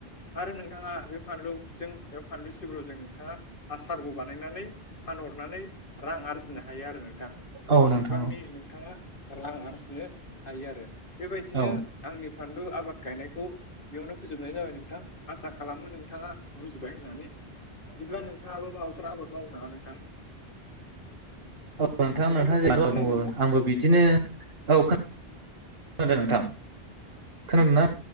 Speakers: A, on the left; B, on the right.
A: आरो नोंथाङा बे फानलुजों फानलु सिब्रुजों नोंथाङा आसारबो बानायनानै फानहरनानै रां आरजिनो हायो आरो नोंथां गोबां
B: औ नोंथां
A: बिबांनि
B: औ
A: नोंथाङा रां आरजिनो हायो आरो बेबायदिनो
B: औ नोंथां औ
A: आंनि फानलु आबाद गायनायखौ बेयावनो फोजोबनाय जाबाय नोंथां। आसा खालामो नोंथाङा बुजिबाय होननानै जेब्ला नोंथां बो माबाफोर आबाद मावो नामा नोंथां?
B: औ नोंथां
A: हेलौ
B: नोंथाङा जेरै आबाद
A: खोनादों
B: मावो
A: ना
B: आंबो बिदिनो औ खोनादों नोंथां खोनादों ना?